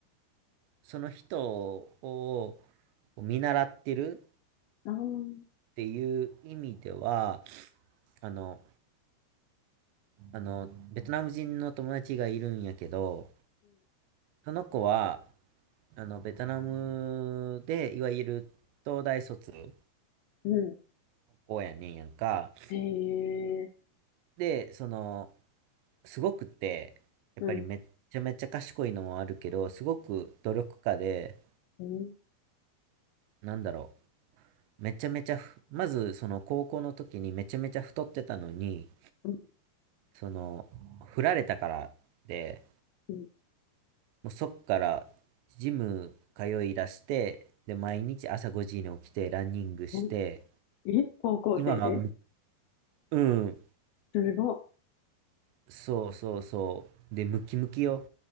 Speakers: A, on the right; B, on the left.
A: その人を見習ってる
B: あ、うん、
A: っていう意味では、あの、あの、ベトナム人の友達がいるんやけど、その子は、あの、ベトナムで、いわゆる東大卒
B: うん。
A: 高校やねんやんか。
B: へえ、
A: で、その、すごくって、やっぱりめっちゃめちゃ賢いのもあるけど、
B: うん、
A: すごく努力家で、
B: うん、
A: なんだろう、めちゃめちゃふ、まずその高校の時にめちゃめちゃ太ってたのに、
B: うん、
A: その、振られたからで、
B: うん。
A: もうそっからジム通い出して、で、毎日朝5時に起きてランニングして、
B: うんえ、高校生で
A: 今はうん、
B: すご
A: そうそうそう、で、ムキムキよ、